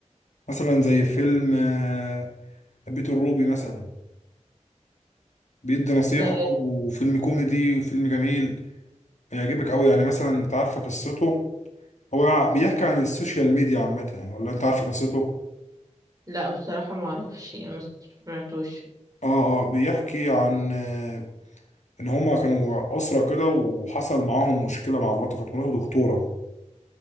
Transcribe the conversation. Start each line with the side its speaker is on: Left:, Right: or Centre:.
Left: مثلا زي فيلم آه، بيت الروبي مثلا بيدي نصيحة
Right: آه،
Left: وفيلم كوميدي وفيلم جميل هيعجبك قوي يعني مثلا انت عارفه قصته هو بيحكي عن السوشيال ميديا عامة يعني ولا انت عارفه قصته
Right: لا بصراحة ما اعرفش يعني ما سمعتوش
Left: اه اه بيحكي عن آه، ان هما كانوا اسره كده وحصل معاهم مشكله مع مراته كانت مراته دكتوره